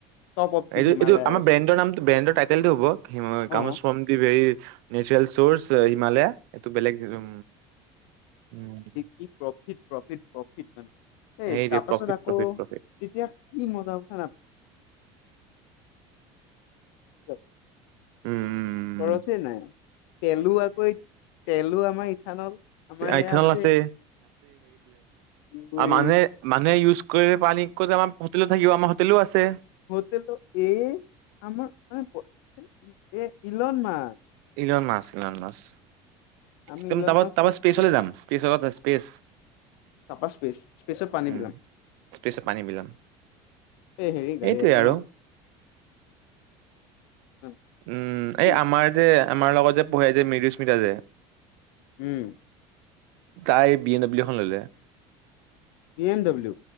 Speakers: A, on the left; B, on the right.
A: top of the
B: এইটো
A: হিমালয়াজ
B: এইটো আমাৰ ব্ৰেণ্ডৰ নামটো, ব্ৰেণ্ডৰ টাইটেলটো হ'ব হিমা
A: অ
B: comes from the very natural চৰ্চ আ হিমালয়া এইটো বেলেগ ওঁ ওঁ
A: ই প্ৰফিট, প্ৰফিট, প্ৰফিট মানে,
B: সেইটোৱে
A: এই তাৰপাছত
B: প্ৰফিট
A: আকৌ
B: প্ৰফিট
A: তেতিয়া
B: প্ৰফিট
A: কি মজা হব <unintelligible>
B: উমম
A: হৈছে নাই, তেলো আ ঐ তেলো আমাৰ ইথানল, আমাৰ এইয়া
B: ইথানল
A: আছেই
B: আছে
A: গোইট
B: মানে মানুহে-মানুহে ইউজ কৰি পানী, কত আমাৰ হোটেলত থাকিব, আমাৰ হোটেলো আছে
A: হোটেলত এই, আমাৰ এই Elon Musk
B: Elon Musk Elon Musk
A: আমি
B: তুম
A: ইলন
B: তাপা-তাপা
A: মাছ
B: স্পেচলৈ যাম, স্পেচৰ স্পেচ
A: তাপা স্পেচ, স্পেচত পানী
B: উম
A: বিলাম
B: স্পেচত পানী বিলাম
A: এই হেৰি গাড়ী
B: এইটোৱে
A: এখন
B: আৰু
A: লম। কিমান?
B: উমঁ
A: কি
B: এই আমাৰ যে, আমাৰ লগত যে পঢ়ে যে মৃদুস্মিতা যে
A: উমঁ!
B: তাই বি এন দব্লিও এখন ললে
A: পি এম ডাব্লউ